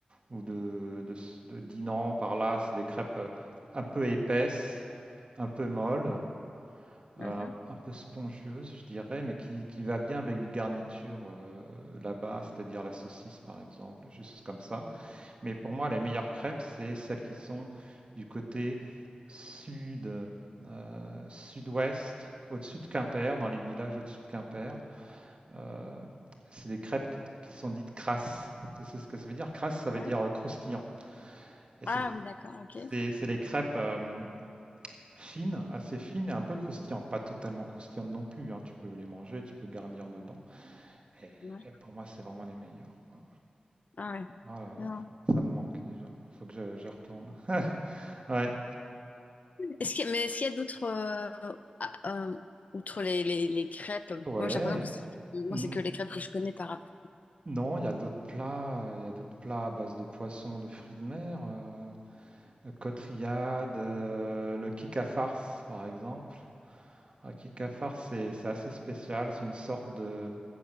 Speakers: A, on the right (about 40°); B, on the left (about 60°).
A: ou de, de, s- de Dinan, par là, c'est des crêpes euh, un peu épaisses, un peu molles,
B: Mhm.
A: euh, un, un peu spongieuses, je dirais, mais qui, qui va bien avec les garnitures euh, là-bas, c'est-à-dire la saucisse, par exemple, des choses comme ça. Mais pour moi, les meilleures crêpes, c'est celles qui sont du côté sud, euh, sud-ouest, au-dessus de Quimper, dans les villages au-dessus de Quimper. Euh, c'est des crêpes qui- qui sont dites crasses. Tu sais ce que ça veut dire? Crasse, ça veut
B: Oui.
A: dire euh, croustillant. Et
B: Ah
A: c'est des,
B: oui, d'accord, ok.
A: c'est- c'est des crêpes euh, fines, assez fines et un peu croustillantes. Pas totalement croustillantes non plus. hein. Tu peux les manger, tu peux garnir dedans. Et,
B: Ouais.
A: et pour moi, c'est vraiment les meilleures, quoi.
B: Ah ouais.
A: Ah là là,
B: Non.
A: ça me manque déjà. Faut que je, je retourne. Ouais.
B: Est-ce qu'il y a- mais est-ce qu'il y a d'autres, euh, ah, euh, outre les, les, les crêpes,
A: Ouais,
B: moi j'ai l'impression que c'est- moi
A: Mmh.
B: c'est que les crêpes que je connais par rapport.
A: Non, il y a d'autres plats, il y a d'autres plats à base de poissons, de fruits de mer, heu, heu, côte rillade, heu, le kika farce, par exemple. Le kika farce, c'est c'est assez spécial, c'est une sorte de